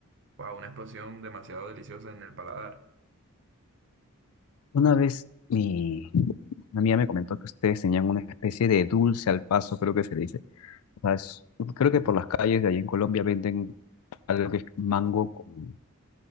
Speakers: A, on the right; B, on the left.
A: wow, una explosión demasiado deliciosa en el paladar.
B: Una vez mi, una amiga me comentó que ustedes tenían una especie de dulce al paso, creo que se le dice O sea, es- creo que por las calles de allí en Colombia venden algo que es mango con,